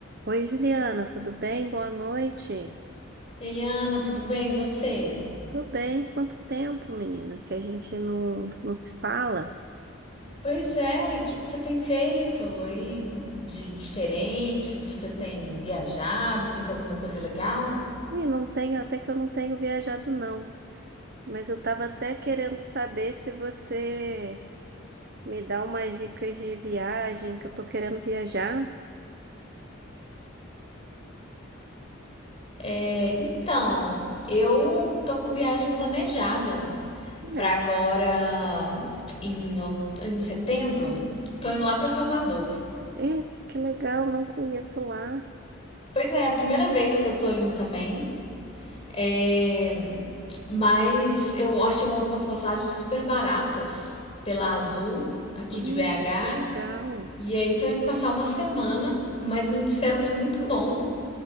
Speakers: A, on the right (about 50°); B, on the left (about 30°).
A: Oi, Juliana, tudo bem? Boa noite.
B: Ei, Ana, tudo bem? E você?
A: Tô bem. Quanto tempo, menina, que a gente não, não se fala?
B: Pois é, o que que você tem feito aí de diferente? Se você tem viajado, feito alguma coisa legal?
A: E não tenho, até que eu não tenho viajado, não. Mas eu tava até querendo saber se você me dá umas dicas de viagem, que eu tô querendo viajar.
B: É, então, eu tô com viagem planejada pra
A: É,
B: agora em, out- em setembro. Tô indo lá pra Salvador.
A: isso, que legal, não conheço lá.
B: Pois é, é a primeira vez que eu tô indo também. É, mas eu achei algumas passagens super baratas pela Azul aqui
A: Hum,
B: de BH.
A: que legal.
B: E aí tô indo passar uma semana, mas me disseram que é muito bom.